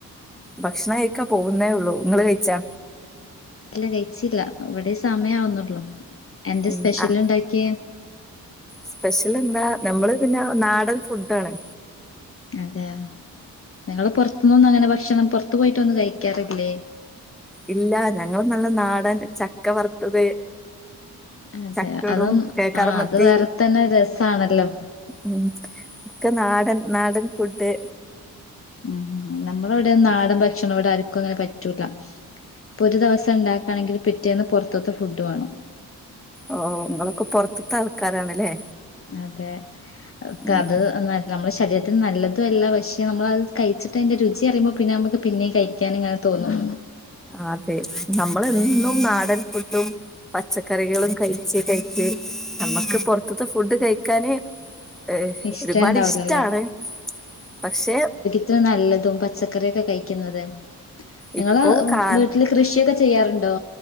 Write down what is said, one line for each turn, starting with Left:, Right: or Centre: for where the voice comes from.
Centre: ഭക്ഷണം കയിക്കാ പോകുന്നേ ഉള്ളൂ നിങ്ങള് കയിച്ചാ?
Left: ഇല്ല കയിച്ചില്ല. ഇവിടെ സമയാവുന്നൊള്ളു എന്ത്
Centre: ഉം
Left: സ്പെഷ്യല്
Centre: ആ
Left: ഉണ്ടാക്കിയേ?
Centre: സ്പെഷ്യൽ എന്താ? നമ്മള് പിന്ന നാടൻ ഫുഡ് ആണ്.
Left: അതെ നിങ്ങള് പൊറത്തുന്നൊന്നും അങ്ങനെ ഭക്ഷണം പൊറത്ത് പോയിട്ടൊന്നും കഴിക്കാറില്ലേ?
Centre: ഇല്ല ഞങ്ങൾ നല്ല നാടൻ ചക്ക വറുത്തത്
Left: അതെ
Centre: ചക്കടും
Left: അതും
Centre: കർമ്മത്തി
Left: ആ അത് വേറെ തന്നെ രസാണല്ലോ.
Centre: ഉം ഒക്കെ നാടൻ നാടൻ ഫുഡ്.
Left: ഉം നമ്മള ഇവിടെ നാട ഭക്ഷണം ഇവിടെ ആര്ക്കും അങ്ങനെ പറ്റൂല. ഇപ്പൊ ഒരു ദിവസം എ ണ്ടാക്കാണെങ്കിൽ പിറ്റേന്ന് പുറത്തത്തെ ഫുഡ് വേണം.
Centre: ഓ നിങ്ങളൊക്കെ പൊറത്തത്ത ആൾക്കാരാണല്ലേ?
Left: അതെ അ കത്
Centre: ഉം
Left: നമ്മട ശരീരത്തിന് നല്ലതു അല്ല പക്ഷെ നമ്മളത് കഴിച്ചിട്ട്തിന്റെ രുചി അറി യുമ്പോ പിന്നെ നമക്ക് പിന്നേം കഴിക്കാനിങ്ങനെ തോന്നും.
Centre: അതെ നമ്മൾ എന്നും നാടൻ ഫുഡും പച്ചക്കറികളും കയിച്ച് കയിച്ച് നമ്മക്ക് പൊറത്തത്തെ ഫുഡ് കഴിക്കാനെ ഏ
Left: ഇഷ്ടം
Centre: ഒരുപാട്
Left: ഉണ്ടാവില്ലല്ലേ
Centre: ഇഷ്ടാണ്. പക്ഷെ
Left: <unintelligible> ല്ലതും പച്ചക്കറീക്കെ കഴിക്കുന്നത്. നിങ്ങള്
Centre: ഇപ്പോ കാ
Left: വീട്ടില് കൃഷിയൊക്കെ ചെയ്യാറുണ്ടോ?